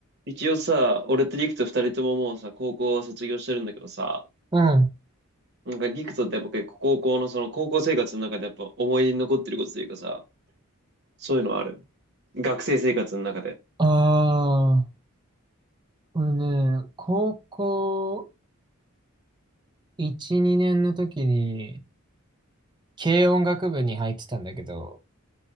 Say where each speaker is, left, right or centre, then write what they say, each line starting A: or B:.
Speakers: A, on the right; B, on the right.
A: 一応さ、俺とリクと二人とももうさ、高校は卒業してるんだけどさ、
B: うん。
A: なんかリクとってやっぱ結構高校のその高校生活の中でやっぱ思い出に残ってることというかさ、そういうのはある。学生生活の中で。
B: ああ、俺ね、高校1、2年の時に、軽音楽部に入ってたんだけど、